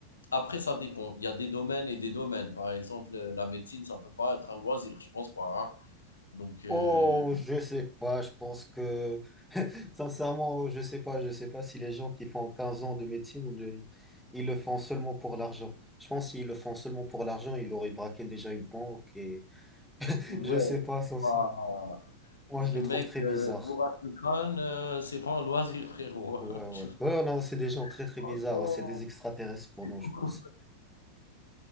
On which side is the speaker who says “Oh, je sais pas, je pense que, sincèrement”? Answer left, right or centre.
Centre